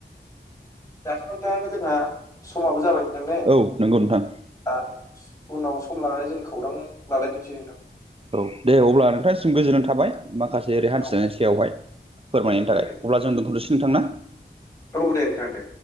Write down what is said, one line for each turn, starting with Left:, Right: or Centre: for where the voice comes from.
Left: दाथ' नोंथां जोंहा समाबो जाबाय नोंथां ने?
Right: औ नंगौ नोंथां।
Left: ओ उनाव सम लानानै जों खौरां लालायफिनसै नोंथां।
Right: औ दे अब्ला नोंथांनिसिम गोजोननाय थाबाय माखासे ओरै हान्थिनायनि
Left: औ
Right: सायावहाय। फोरमायनायनि
Left: दे नोंथां
Right: थाखाय
Left: दे
Right: अब्ला जों दोनथ'नोसै नोंथांना?
Left: औ दे नोंथां दे